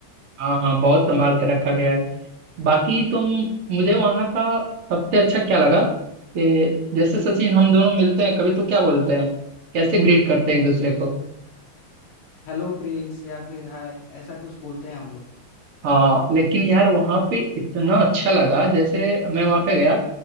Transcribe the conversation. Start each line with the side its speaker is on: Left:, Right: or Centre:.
Right: हाँ हाँ बहुत संभाल के रखा गया है बाकी तुम मुझे वहाँ का सबसे अच्छा क्या लगा कि जैसे सचिन हम दोनों मिलते हैं कभी तो क्या बोलते हैं कैसे ग्रीट करते हैं एक दूसरे को
Left: हेलो प्रिंस या फिर हाय ऐसा कुछ बोलते हैं हम लोग
Right: हाँ लेकिन यार वहाँ पे इतना अच्छा लगा जैसे मैं वहाँ पे गया